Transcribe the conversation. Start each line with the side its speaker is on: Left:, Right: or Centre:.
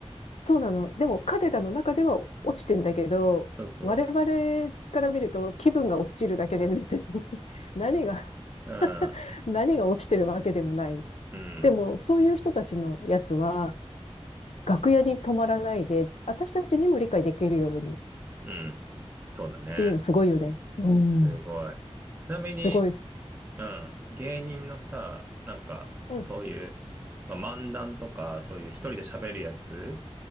Left: そうなの。でも彼らの中では落ちてんだけど、
Right: そうそう。
Left: 我々から見ると気分が落ちるだけで別に <laughs> 何が、
Right: <laughs> うん。
Left: <laughs> 何が落ちてるわけでもない。
Right: うん。
Left: でも、そういう人たちのやつは、楽屋に泊まらないで、私たちにも理解できるようにっ
Right: うん。そうだね。
Left: ていうのすごいよね。うん。
Right: すごい。ちなみに、
Left: すごいっす。
Right: うん。芸人のさ、なんか、
Left: うん。
Right: そういう、まあ、漫談とか、そういう一人で喋るやつ